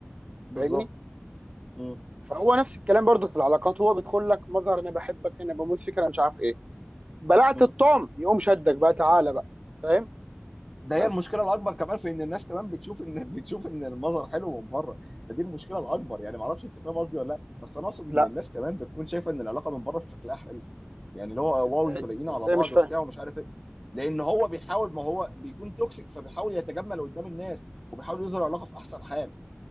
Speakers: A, in the centre; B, on the right.
A: بالظبط
B: فاهمني
A: م-
B: فهو نفس الكلام برضو في العلاقات هو بيدخل لك مظهر انا بحبك انا بموت فيك انا مش عارف ايه بلعت
A: م.
B: الطعم يقوم شدك بقى تعالى بقى فاهم
A: ده
B: بس
A: هي المشكله الاكبر كمان في ان الناس كمان بتشوف ان <laughs> بتشوف ان المظهر حلو من بره ده دي المشكله الاكبر يعني ما اعرفش انت فاهم قصدي ولا لا بس انا اقصد
B: لا
A: ان الناس كمان بتكون شايفه ان العلاقه من بره شكلها حلو يعني اللي هو
B: ازاي
A: واو انتوا لاقيين
B: ازاي
A: على بعض
B: مش فاهم
A: وبتاع ومش عارف ايه لان هو بيحاول ما هو بيكون توكسيك فبيحاول يتجمل قدام الناس وبيحاول يظهر علاقه في احسن حال